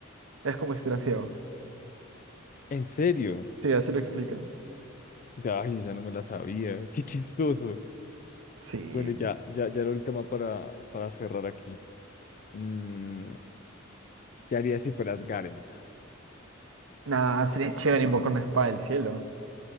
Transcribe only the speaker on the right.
es como si estuviera ciego.
Sí, así lo explican.
Sí.
Nah, sería chévere invocar una espada del cielo.